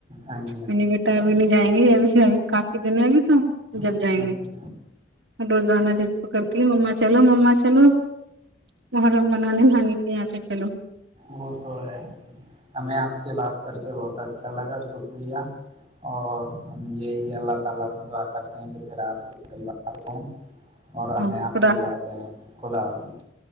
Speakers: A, on the right (about 25°); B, on the right (about 80°).
A: ہاں جی
B: منی بیٹا ابھی نہیں جائیں گی ابھی <inaudible> کافی دن ابھی تو جب
A: ہاں
B: جائیں گے
A: جی
B: روزانہ چ پکڑتی ہے ما چ مما چلو مر بنالے نانی یہاں پہ چلو
A: وہ تو ہے ہمیں آپ سے بات کر کے بہت اچھا لگا شکریہ اور ہم یہی اللہ تعالی سے دعا کرتے ہیں کہ پھر اپ سے کئی بار کو اور ہمیں
B: ہاں
A: آپ
B: خدا
A: کی باتیں خدا حافظ